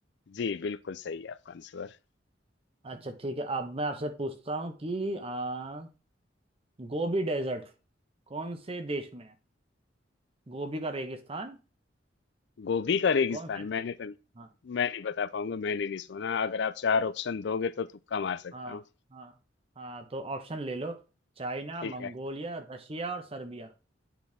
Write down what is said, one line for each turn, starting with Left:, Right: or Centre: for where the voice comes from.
Left: जी बिल्कुल सही है आपका आंसर
Right: अच्छा ठीक है अब मैं आपसे पूछता हूँ कि आ, गोबी डेजर्ट कौन से देश में है गोबी का रेगिस्तान
Left: गोभी का रेगिस्तान
Right: कौन से देश
Left: मैंने तो
Right: हाँ
Left: मैं नहीं बता पाऊंगा मैंने नहीं सुना अगर आप चार ऑप्शन दोगे तो तुक्का मार सकता
Right: हाँ
Left: हूँ
Right: हाँ हाँ तो ऑप्शन ले लो चाइना
Left: ठीक
Right: मंगोलिया
Left: है
Right: रशिया और सर्बिया